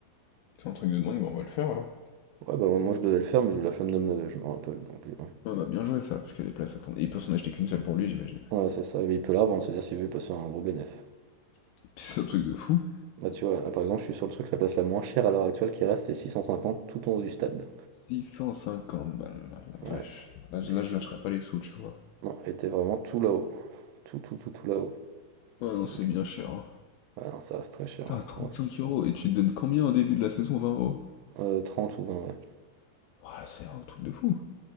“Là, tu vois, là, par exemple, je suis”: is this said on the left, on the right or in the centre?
Right